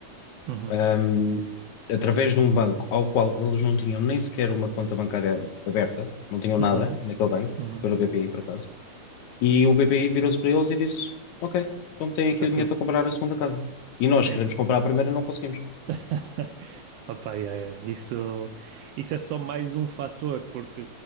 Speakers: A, on the right (about 80°); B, on the left (about 80°).
A: Uhum,
B: hum, através de um banco ao qual eles não tinham nem sequer uma conta bancária aberta, não tinham nada
A: uhum,
B: naquele banco,
A: uhum.
B: para o BPI, por acaso. E o BPI virou-se para eles e disse: Ok, então têm aqui
A: Está
B: o
A: tudo.
B: dinheiro para comprar a segunda casa. E nós
A: Sim.
B: queremos comprar a primeira e não conseguimos.
A: <laughs> Opa, yeah, yeah. yeah. Isso, isso é só mais um fator, porque